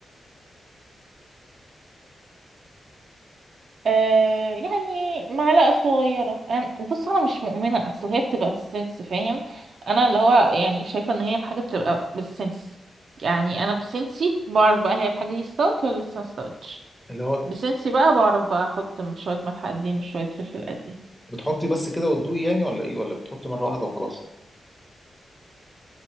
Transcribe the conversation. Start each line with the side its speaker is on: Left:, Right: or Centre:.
Right: آه يعني معلقة صغيرة أنا بص أنا مش مؤمنة أصل هي بتبقى بالسنس فاهم أنا اللي هو يعني شايفة إن هي الحاجة بتبقى بالسنس يعني أنا بسنسي بعرف بقى هي الحاجة دي استوت ولا لسه ما استوتش
Centre: اللي هو
Right: بسنسي بقى بعرف بقى أحط شوية ملح قد ايه شوية فلفل قد ايه
Centre: بتحطي بس كده وتدوقي يعني ولا ايه ولا بتحطي مره واحده وخلاص